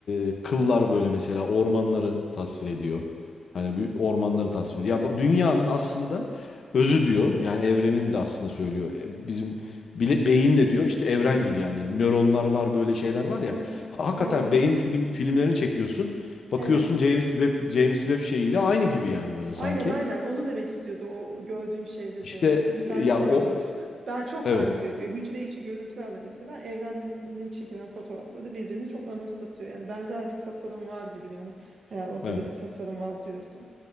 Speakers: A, on the left; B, on the right.
A: e, kıllar böyle mesela ormanları tasvir ediyor. Hani bir ormanları tasvir ediyor. Ya bu dünyanın aslında özü diyor. Yani evrenin de aslında söylüyor. E, Bizim bile, beyin de diyor işte evren
B: Hı hı.
A: gibi yani nöronlar var böyle şeyler var ya.
B: Hı hı.
A: Ha- Hakikaten
B: Evet.
A: beyin film filmlerini çekiyorsun. Bakıyorsun
B: Evet.
A: James Webb James Webb şeyiyle aynı gibi yani böyle
B: Aynen
A: sanki.
B: aynen onu demek istiyordu o gördüğüm şey dedi.
A: İşte
B: Ne- İnternette
A: e, ya
B: görmüştüm.
A: o
B: Ben çok
A: evet
B: benziyor diyor. Hücre içi görüntülerle mesela evrenin çekilen fotoğrafları birbirini çok anımsatıyor. Yani benzer bir tasarım var gibi yani eğer ortada
A: evet.
B: bir tasarım var diyorsa.